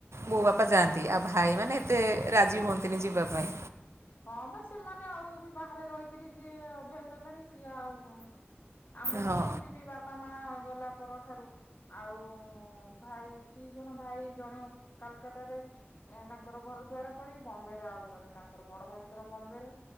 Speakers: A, on the right (about 80°); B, on the left (about 45°).
A: ବୋଉ ବାପା ଯାଆନ୍ତି
B: ହଁ।
A: ଆଉ ଭାଇ ମାନେ ଏତେ ରାଜି ହୁଅନ୍ତିନି ଯିବା ପାଇଁ
B: ହଁ ବା ସେମାନେ ଆଉ ବି ବାହାରେ ରହିକରି ଯିଏ ଅଭ୍ୟାସ ହେଲାଣି ସିଏ ଆଉ ହଁ ଆମର
A: ହଁ
B: ସେମିତି ବି ବାପା ମା ଗଲା ପରଠାରୁ ଆଉ ଭାଇ ଦିଇ ଜଣ ଭାଇ ଜଣେ କାଲକାଟାରେ ଏ ତାଙ୍କର ଘର ଦଵାର କରି ବମ୍ବେ ରେ ଆଉ ଜଣେ ତାଙ୍କର ବଡ ଭାଇଙ୍କର ବମ୍ବେ ରେ